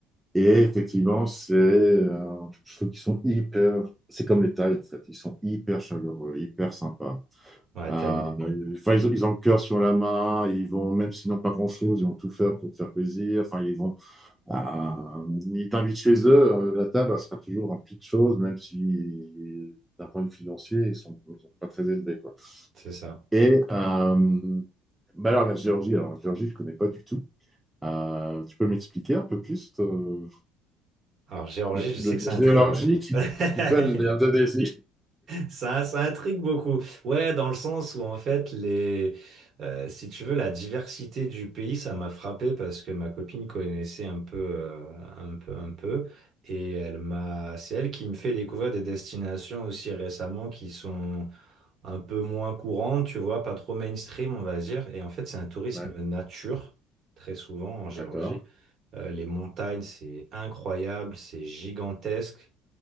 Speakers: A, in the centre; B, on the right.
A: Et effectivement, c'est, euh, je trouve qu'ils sont hyper, c'est comme les Tides, en fait. Ils sont hyper chaleureux, hyper sympas.
B: Ouais,
A: Euh,
B: tellement.
A: enfin, ils, ont, ils ont le cœur sur la main, ils vont, même s'ils n'ont pas grand-chose, ils vont tout faire pour te faire plaisir. Enfin, ils vont, euh, ils t'invitent chez eux, euh, la table, elle sera toujours un petit de choses, même si, d'un point de vue financier, ils sont, ils sont pas très élevés, quoi.
B: C'est ça.
A: Et, euh, bah alors, la Géorgie, alors, la Géorgie, je connais pas du tout. Euh, tu peux m'expliquer un peu plus euh,
B: Alors, Géorgie,
A: Le,
B: je
A: le
B: sais
A: de
B: que ça
A: Géorgie
B: intrigue, ouais.
A: qui,
B: <laughs>
A: qui colle l'Indonésie.
B: Ça, ça intrigue beaucoup. Ouais, dans le sens où, en fait, les, euh, si tu veux, la diversité du pays, ça m'a frappé parce que ma copine connaissait un peu, euh, un peu, un peu. Et elle m'a, c'est elle qui me fait découvrir des destinations aussi récemment qui sont un peu moins courante, tu vois, pas trop mainstream, on va dire. Et en fait, c'est un tourisme
A: Ouais,
B: nature, très souvent en Géorgie.
A: d'accord.
B: Euh, les montagnes, c'est incroyable, c'est gigantesque.